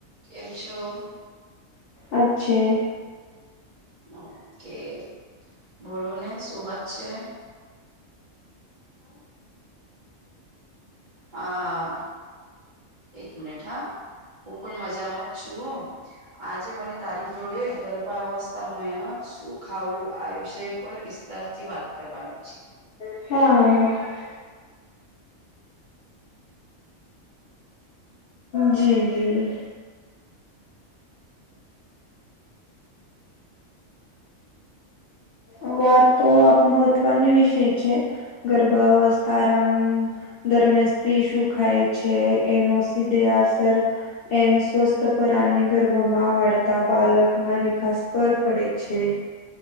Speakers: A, on the right; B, on the left.
A: કેમ છો
B: અચ્છા.
A: ઓકે, બોલો ને શું વાત છે? હા, એક મિનિટ હા, હું પણ મજામાં જ છું. આજે મને તારી જોડે ગરભાવસ્થામાં શું ખાવું આ વિષય પર વિ સ્તારથી વાત કરવાની છે.
B: હા, હા. જી. આ વાત તો આપણી મહત્વની વિષય છે, ગરબાાવસ્થા આરામ દરમિયાન સ્ત્રી શું ખાય છે એનો સીધે અસર. એન સ્વસ્થ પર અને ગર્ભમાં પળતા બાળકના વિકાસ પર પડે છે.